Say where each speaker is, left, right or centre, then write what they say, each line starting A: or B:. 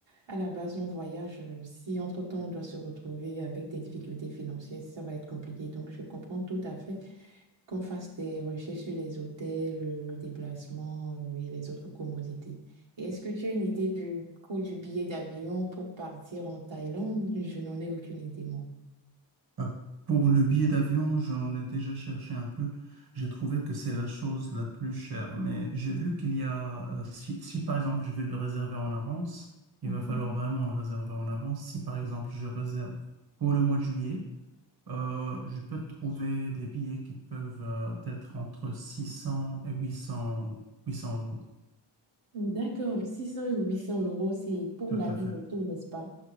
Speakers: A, on the right; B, on the right.
A: à la base, on voyage. euh, Si entre-temps, on doit se retrouver avec des difficultés financières, ça va être compliqué. Donc, je comprends tout à fait. qu'on fasse des recherches sur les hôtels, euh, le déplacement euh, et les autres commodités. Et est-ce que tu as une idée du coût du billet d'avion pour partir en Thaïlande? Je n'en ai aucune idée, moi.
B: Ah, Pour le billet d'avion, j'en ai déjà cherché un peu. J'ai trouvé que c'est la chose la plus chère. Mais j'ai vu qu'il y a, euh, si, si par exemple je vais le réserver en avance, il
A: Mhm.
B: va falloir vraiment le réserver en avance. Si par exemple je réserve pour le mois de juillet, euh, je peux trouver des billets qui peuvent euh, être entre 600 et huit cents huit cents euros.
A: D'accord, 600 ou 800 euros, c'est pour
B: Tout
A: l'aller
B: à
A: et
B: fait.
A: retour, n'est-ce pas?